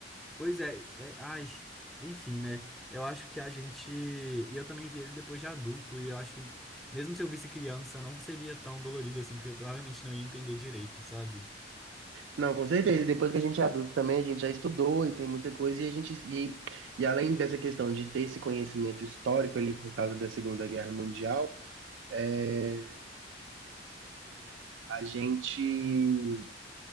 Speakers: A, in the centre; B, on the right.
A: Pois é, é, ai, enfim, né? Eu acho que a gente. E eu também vi ele depois de adulto, e eu acho que mesmo se eu visse criança, não seria tão dolorido assim, porque eu provavelmente não ia entender direito, sabe?
B: Não, com certeza, depois que a gente é adulto também, a gente já estudou e tem muita coisa, e a gente, e, e além dessa questão de ter esse conhecimento histórico ali por causa da Segunda Guerra Mundial, é, a gente